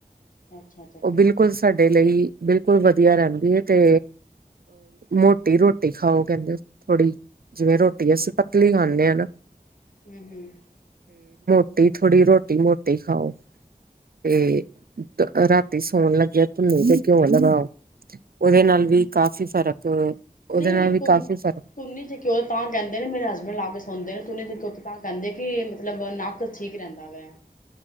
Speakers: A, on the left (about 60°); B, on the right (about 75°).
A: ਅੱਛਾ ਅੱਛਾ ਠੀਕ
B: ਉਹ ਬਿਲਕੁਲ ਸਾਡੇ ਲਈ ਬਿਲਕੁਲ ਵਧੀਆ ਰਹਿੰਦੀ ਹੈ ਤੇ ਮੋਟੀ ਰੋਟੀ ਖਾਓ ਕਹਿੰਦੇ ਥੋੜ੍ਹੀ ਜਿਵੇਂ ਰੋਟੀ ਅਸੀਂ ਪਤਲੀ ਖਾਣੇ ਹਾਂ ਨਾ
A: ਹੂੰ ਹੂੰ
B: ਨਹੀਂ ਥੋੜ੍ਹੀ ਰੋਟੀ ਮੋਟੀ ਖਾਓ ਤੇ ਰਾਤੀ ਸੌਣ ਲੱਗੇ ਧੁੰਨੀ ਤੇ ਘਿਓ ਲਗਾਓ ਉਹਦੇ ਨਾਲ ਵੀ ਕਾਫ਼ੀ ਫ਼ਰਕ ਉਹਦੇ
A: ਨਹੀਂ
B: ਨਾਲ ਵੀ ਕਾਫ਼ੀ ਫ਼ਰਕ
A: ਤੂੰਨੀ ਤੇ ਘਿਉ ਪਾਦੇ ਨੇ ਮੇਰੇ ਹਸਬੈਂਡ ਲਾ ਕੇ ਸੌਂਦੇ ਨੇ ਤੂੰਨੀ ਦੇਖਿਆ ਤਾਂ ਕਹਿੰਦੇ ਕਿ ਮਤਲਬ ਨੱਕ ਠੀਕ ਰਹਿੰਦਾ ਹੈ।